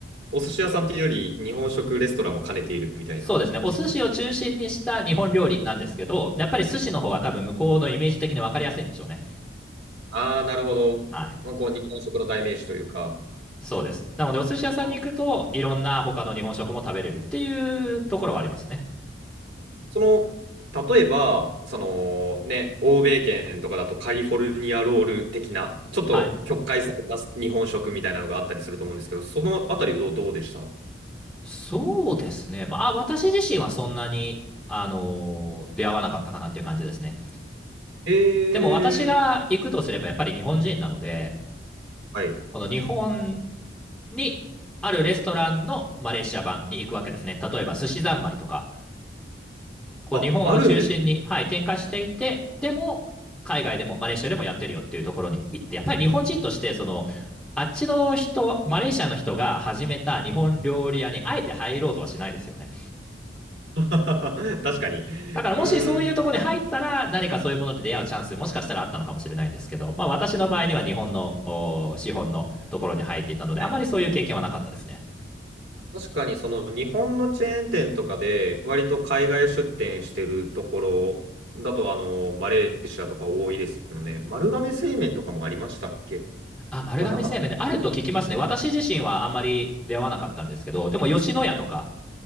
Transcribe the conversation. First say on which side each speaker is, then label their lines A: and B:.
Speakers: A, on the right; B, in the centre.
A: お寿司屋さんっていうより、日本食レストランも兼ねているみたいな。
B: そうですね。お寿司を中心にした日本料理なんですけど、やっぱり寿司の方が多分向こうのイメージ的に分かりやすいんでしょうね。
A: ああ、なるほど。
B: はい。
A: まあ、こう、日本食の代名詞というか、
B: そうです。なので、お寿司屋さんに行くと、
A: あ
B: いろんな他の日本食も食べれるっていうところはありますね。
A: その、例えば、そのね、欧米圏とかだとカリフォルニアロール的な、ちょっと曲解された日本食みたいなのがあったりすると思うんですけど、
B: はい。
A: そのあたりはどう、どうでした
B: そうですね。まあ、私自身はそんなに、あのー出会わなかったかなっていう感じですね。
A: え
B: でも私が行くとすれば、
A: ー、
B: やっぱり日本人なので、
A: はい。
B: この日本にあるレストランのマレーシア版に行くわけですね。例えば、寿司三昧とか、こう日本を中心に、
A: あ、あるんですね。
B: はい、展開していて、でも、海外でもマレーシアでもやってるよっていうところに行って、やっぱり日本人としてその、あっちの人、マレーシアの人が始めた日本料理屋にあえて入ろうとはしないですよね。
A: <laughs> 確かに。
B: だからもしそういうところに入ったら、
A: うーん。は
B: 何かそういうものに出会うチャンス、もしかしたらあったのかもしれないんですけど、まあ私の場合には日本のお資本のところに入っていたので、あまりそういう経験はなかったですね。
A: い確かにその日本のチェーン店とかで割と海外出店してるところだとあのマレーシアとか多いですよね。丸亀製麺とかもありましたっけ
B: あ、丸亀製麺であると聞きますね。
A: はなかった。
B: 私自身はあんまり出会わなかったんですけど、でも吉野家とか、